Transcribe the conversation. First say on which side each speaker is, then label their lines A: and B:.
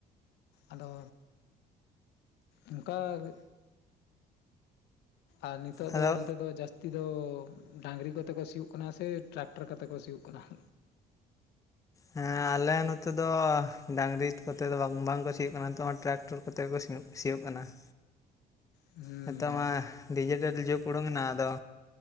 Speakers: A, on the left; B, on the left.
A: ᱟᱫᱚ ᱚᱱᱠᱟ <unintelligible> ᱟᱨ ᱱᱤᱛᱚᱜ
B: ᱟᱫᱚ
A: ᱫᱚ ᱚᱱᱛᱮ ᱫᱚ ᱡᱟᱹᱥᱛᱤ ᱫᱚ ᱰᱟᱝᱨᱤ ᱠᱚᱛᱮ ᱠᱚ ᱥᱤᱭᱳᱜ ᱠᱟᱱᱟ ᱥᱮ ᱴᱨᱟᱠᱴᱟᱨ ᱠᱟᱛᱮ ᱠᱚ ᱥᱤᱭᱳᱜ ᱠᱟᱱᱟ ᱾
B: ᱦᱮᱸ ᱟᱞᱮ ᱱᱚᱛᱮ ᱫᱚ ᱰᱟᱝᱨᱤ ᱠᱚᱛᱮ ᱫᱚ ᱵᱟᱝ ᱠᱚ ᱥᱤᱭᱟᱹᱜ ᱠᱟᱱᱟ ᱱᱤᱛᱚᱜ ᱴᱨᱟᱠᱴᱚᱨ 'ᱼᱼ' ᱠᱚᱛᱮ ᱠᱚ ᱥᱤᱭᱳᱜ ᱠᱟᱱᱟ ᱾
A: ᱦᱩᱸ
B: ᱱᱮᱛᱚᱜ ᱢᱟ ᱰᱤᱡᱤᱴᱮᱞ ᱡᱩᱜᱽ ᱩᱰᱩᱠᱮᱱᱟ ᱟᱫᱚ